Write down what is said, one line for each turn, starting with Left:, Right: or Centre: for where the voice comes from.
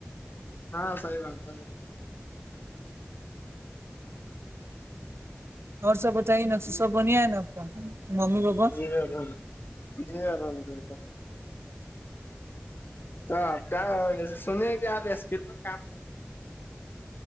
Left: ہاں صحیح بات س
Right: اور سب بتائیے ن سب بنیا ہے ن ممی پاپا
Left: <unintelligible> جی الرحمدد آپ کیا سنی آد ہے اسکھر میں کام کرتے